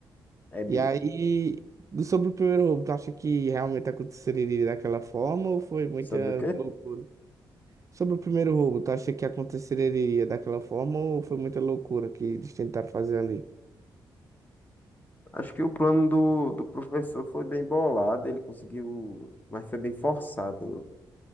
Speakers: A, on the left (about 20°); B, on the right (about 40°).
A: É bi.
B: E aí, do- sobre o primeiro roubo, tu acha que realmente aconteceria daquela forma ou foi muita
A: Sobre o quê?
B: loucura? Sobre o primeiro roubo, tu acha que aconteceria daquela forma ou foi muita loucura que eles tentaram fazer ali?
A: Acho que o plano do, do professor foi bem bolado, ele conseguiu, mas foi bem forçado